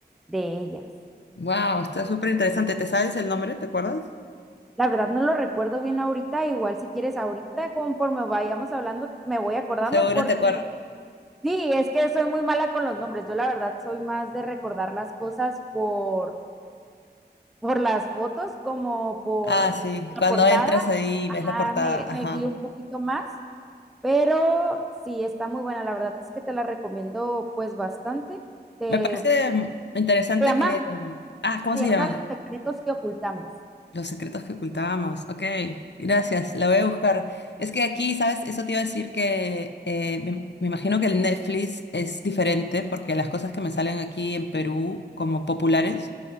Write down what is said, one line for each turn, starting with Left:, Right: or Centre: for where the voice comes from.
Centre: de ellas.
Left: Wow, está súper interesante. ¿Te sabes el nombre? ¿Te acuerdas?
Centre: La verdad no lo recuerdo bien ahorita, igual si quieres ahorita, conforme vayamos hablando, me voy acordando
Left: Seguro
Centre: porque
Left: te acuerdas.
Centre: sí, es que soy muy mala con los nombres. Yo la verdad soy más de recordar las cosas por, por las fotos como por
Left: Ah, sí.
Centre: la
Left: Cuando
Centre: portada
Left: entras ahí
Centre: Ah,
Left: ves la portada.
Centre: me, me
Left: Ajá.
Centre: guío un poquito más, pero sí, está muy buena. La verdad es que te la recomiendo pues bastante. Te,
Left: Me parece mm, interesante
Centre: se llama,
Left: que... Ah, ¿cómo
Centre: se
Left: se
Centre: llama
Left: llama?
Centre: Los secretos que ocultamos.
Left: Los secretos que ocultábamos. Ok, gracias. La voy a buscar. Es que aquí, ¿sabes? Eso te iba a decir que eh, me, me imagino que el Netflix es diferente porque las cosas que me salen aquí en Perú como populares